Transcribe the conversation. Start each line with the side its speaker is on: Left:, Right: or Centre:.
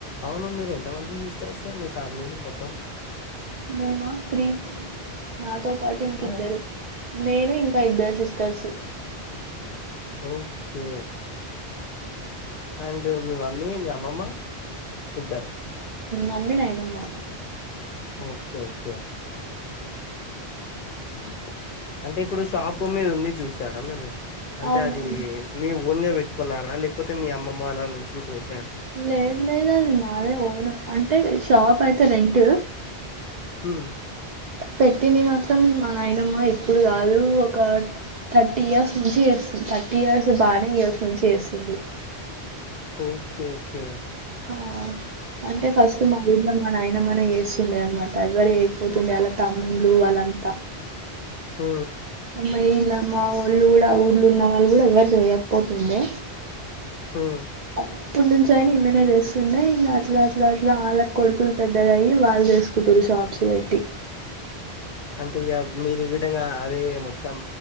Left: అవును మీరు ఎంతమంది సిస్టర్స్ మీ ఫ్యామిలీలో మొత్తం
Right: మేమా త్రి నాతో పాటు ఇంకిద్దరు
Left: ఆ
Right: నేను ఇంకా ఇద్దరు సిస్టర్సు
Left: ఓకే అండ్ మీ మమ్మీ మీ అమ్మమ్మ ఇద్దరు
Right: మమ్మీ నాయనమ్మా
Left: ఓక్కే ఓకే అచ్ఛా అంటే ఇప్పుడు షాప్ మీది ఉంది చూసారా మీరు అంటే
Right: అవునవును
Left: అది మీ ఓన్ గా పెట్టుకున్నారా లేకపోతే మీ అమ్మమ్మ వాళ్ళ నుంచి మీర్
Right: లేదు లేదు అది మాదే ఓన్ అంటే షాప్ అయితే రెంట్
Left: హ్మ్
Right: పెట్టింది మాత్రం మా నాయనమ్మ ఇప్పుడు కాదు ఒకా థర్టీ ఇయర్స్ నుంచి చేస్తుంది థర్టీ ఇయర్స్ బాగానే ఇయర్స్ నుంచి చేస్తుంది
Left: ఓకే ఓకే
Right: ఆ అంటే ఫస్ట్ మా ఊళ్లో మా నాయన మ్మనే చేస్తుండే అనమాట ఎవరూ చేయపోతుండే వాళ్ల తమ్ముండ్లు వాళ్ళంత
Left: మ్మ్ఁ
Right: మహిళ మా వోళ్ళు కూడ ఊర్లు ఉన్న వాళ్ళు కూడ ఎవరు చేయకపోతుండే
Left: హ్మ్
Right: అప్పుటి నుంచి ఆయన ఈమెనే చేస్తుండే ఇంగ అట్లా అట్లా అట్లా ఆళ్ళ కొడుకులు పెద్దగాయి వాళ్ళు చేసుకుటురు షాప్స్ పెట్టి
Left: అంటే ఇగ మీరు గిటంగా అదే మొత్తం